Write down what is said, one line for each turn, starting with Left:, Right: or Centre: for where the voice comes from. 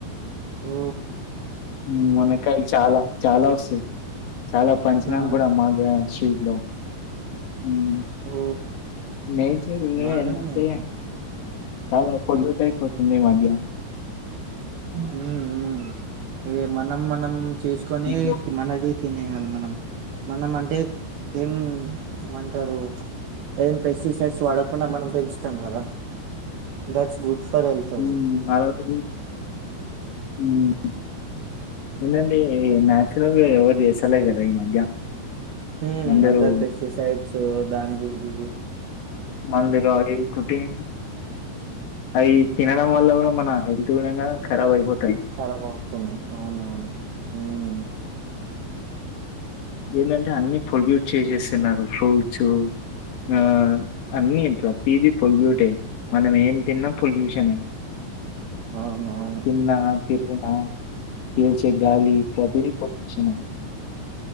Right: ఓ...
Left: మ్.. మనకి కాయలు చాలా చాలా వస్తాయి చాలా పంచినాన్
Right: ఆ
Left: గూడ మాగా స్ట్రీట్ లో మ్...
Right: ఓ
Left: నేచర్ నే
Right: బాగానే
Left: అంటే
Right: అయితే
Left: చాలా పోల్యూట్ అయిపొ ఈ మధ్య
Right: మ్.. మ్.. ఏ మనం మనం చేసుకొని
Left: హ్మ్.
Right: మనది తినేయాలి మనం మనం అంటే ఏంమంటారు ఏం పెస్టిసైడ్స్ వాడకుండా మనం పెంచుతాం కదా దట్స్ గుడ్ ఫర్ హెల్త్ అది
Left: మ్ <unintelligible> ఉమ్ ఏందండి ఈ న్యాచురల్గా ఎవరు చేస్తలే కదా ఈ మధ్య
Right: హ
Left: అందరూ
Right: అందరి పెస్టి సైడ్స్ దాన్ దీనిది
Left: మందిగావరి కుటిం అయి తినడం వల్ల కూడా మన హెల్త్ కూడాంగ ఖరాబ్ అయిపోది
Right: ఖరాబ్ అవుతుంది అవున అవును మ్...
Left: ఏంటంటే అన్ని పొల్యూట్ చేసేస్తున్నారు ఫ్రూట్స్ ఆ అన్నీ ప్రతిదీ పొల్యూటె మనం ఏ ఏం తిన్న పొల్యూషనే
Right: అవును అవును
Left: తిన్నా, తిరిగినా పీల్చే గాలి ప్రతీది చిన్నం